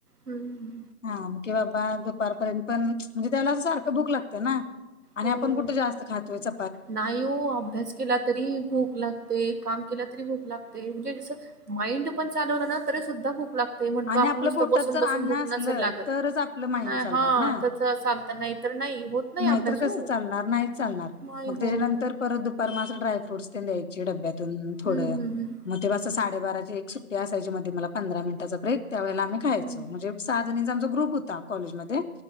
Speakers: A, on the right; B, on the left.
A: हम् हम.
B: हा की बाबा दुपारपर्यंत पण म्हणजे त्यालावेळेला अस सारखं भुक लागतिया ना आणि
A: हो.
B: आपण कुठ जास्त खातोय च
A: नाही ओ अभ्यास केला तरी भूक लागते काम केला तरी भूक लाग ते म्हणजे जस माइंड पण चालवलं ना तरी सुद्धा भूक लागते म्हणतो
B: आणि
A: आपण
B: आपल्या
A: नुसत
B: पोटात
A: बसून
B: जर
A: बसून
B: अन्न
A: भुक
B: असलं
A: नसेल लागल
B: तरच आपलं माइंड
A: नाही
B: चालणार
A: ह
B: ना.
A: चालत नाही तर नाही होत नाही
B: नाहीतर
A: अभ्यास
B: कसं
A: हो.
B: चालणार नाहीच चालणार
A: नाही
B: मग
A: होत.
B: त्याच्यानंतर परत दुपार म असं ड्रायफ्रुटस तेन द्यायचे डब्यातून थोड
A: हं, हं, हं.
B: म तेव्हा अस साडेबाराची एक सुट्टी असायची मध्ये मला पंधरा मिनिटाचा ब्रेक त्यावेेळेला आम्ही खायचो
A: हं.
B: म्हणजे सहा जणीचा आमचा ग्रुप होता कॉलेजमध्ये